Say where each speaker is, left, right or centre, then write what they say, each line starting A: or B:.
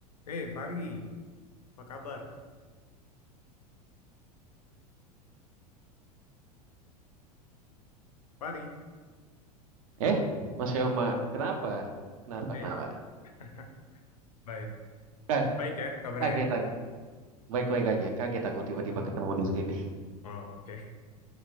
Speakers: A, on the left; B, on the right.
A: Eh, Fari, apa kabar? Fari,
B: Eh, Mas Yoma, kenapa? Kenapa,
A: eh,
B: kenapa?
A: <laughs> baik.
B: Ka-
A: Baik ya kabarnya.
B: Kaget
A: ya?
B: aku. Baik-baik aja. Kaget aku tiba-tiba ketemu di sini.
A: Oh, oke.